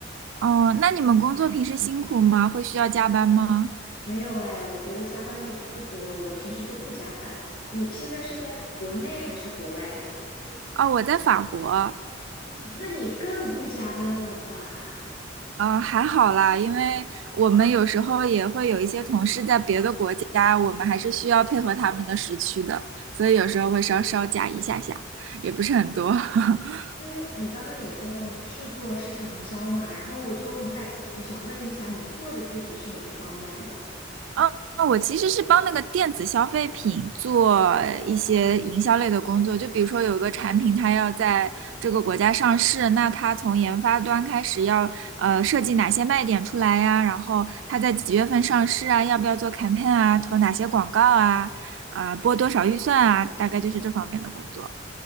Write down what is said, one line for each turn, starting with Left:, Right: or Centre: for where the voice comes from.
Right: 哦，那你们工作平时辛苦吗？会需要加班吗？
Left: 没有哎，我觉得加班的不多，我平时都不加班。你现在是在国内还是国外呀？
Right: 哦，我在法国。
Left: 哦，那你更不加班了吧？
Right: 嗯，还好啦，因为我们有时候也会有一些同事在别的国家，我们还是需要配合他们的时区的，所以有时候会稍稍加一下下，也不是很多。<laughs>
Left: 因为你刚刚也说到你是做市场营销嘛，然后我就很感兴趣，想问一下你做的具体是哪个方面的？
Right: 嗯，我其实是帮那个电子消费品做一些营销类的工作，就比如说有个产品，它要在这个国家上市，那它从研发端开始要呃设计哪些卖点出来呀，然后它在几月份上市啊，要不要做 campaign 啊，投哪些广告啊，啊、拨多少预算啊，大概就是这方面的工作。